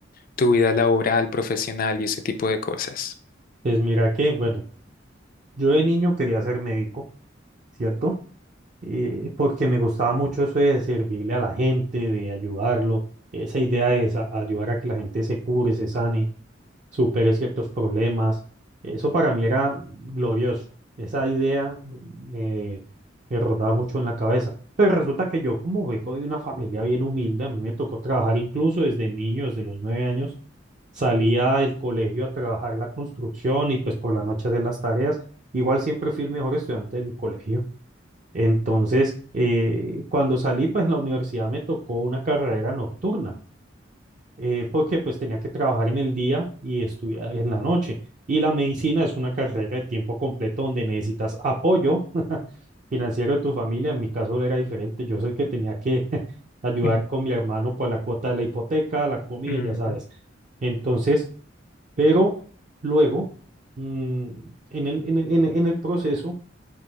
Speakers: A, on the left; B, on the right.
A: tu vida laboral, profesional y ese tipo de cosas?
B: Pues mira que, bueno, yo de niño quería ser médico, ¿cierto? eh, porque me gustaba mucho eso de servirle a la gente, de ayudarlo, esa idea de sa- ayudar a que la gente se cure, se sane, supere ciertos problemas. Eso para mí era glorioso. Esa idea me, me rondaba mucho en la cabeza. Pero resulta que yo, como vengo de una familia bien humilde, a mí me tocó trabajar incluso desde niño, desde los nueve años. Salía del colegio a trabajar la construcción y pues por la noche de las tareas. Igual siempre fui el mejor estudiante de mi colegio. Entonces, eh, cuando salí, pues en la universidad me tocó una carrera nocturna, eh, porque pues tenía que trabajar en el día y estudiar en la noche. Y la medicina es una carrera de tiempo completo donde necesitas apoyo financiero de tu familia. En mi caso era diferente. Yo soy el que tenía que <laughs> ayudar
A: Mm,
B: con mi hermano por la cuota de la hipoteca, la comida,
A: ujú,
B: ya sabes. Entonces, pero luego, mm, en el, en el en el- en el proceso